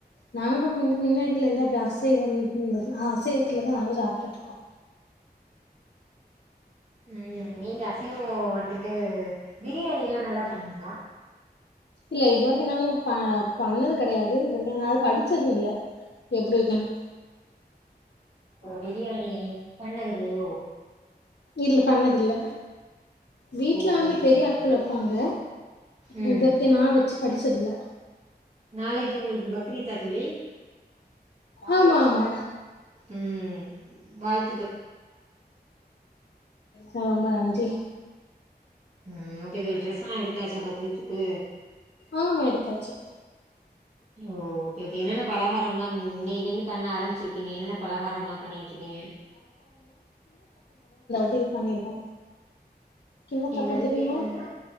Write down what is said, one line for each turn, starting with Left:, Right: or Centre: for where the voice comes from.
Left: நாங்க முந்து முன்னாடியிலேருந்து அப் அசைவந் ம் ஆ அசைவத்துலதா நாங்க சாப்டுட்ருக்கோ
Right: ம் நீங்க அசைவோ வந்துட்டு பிரியாணி எல்லா நல்லா பண்ணுவீங்களா
Left: இல்ல இது வரிக்கு நாங்க ப பண்ணது கடையாது இது வரிக்கு நா அது படிச்சது இல்ல எப்டி வெக்கன்
Right: ஓ பிரியாணி பண்ணதில்லயோ
Left: இல்ல பண்ணதில்ல வீட்ல
Right: ஓகே
Left: வந்து
Right: தோழி
Left: பெரிய
Right: ஓகே
Left: ஆட்கள் வெப்பாங்க
Right: ம்
Left: இது வரிக்கும் நா வெச்ச படிச்சதில்ல
Right: நாளக்கி உங்களுக்கு பக் ரீதா தோழி
Left: ஆமா ஆமா
Right: ம் வாய்
Left: அ ரொம்ப நன்றி
Right: ம் ஓகே தோழி ட்ரெஸ்லா எடுத்தாச்சா பக்ரீத்துக்கு
Left: ஆமா எடுத்தாச்சு
Right: ஓ ஓகேகே என்னன்னப் பலகாரம்லா இனைய்லேருந்து பண்ண ஆரம்பிச்சிருப்பிங்க என்னென்ன பலகாரம்லா பண்ணிட்ருக்கீங்க
Left: டி பண்ணியிருக்கோ கின்னத்தப்பொ
Right: என்னது
Left: தெரியுமா
Right: பேர் என்னங்க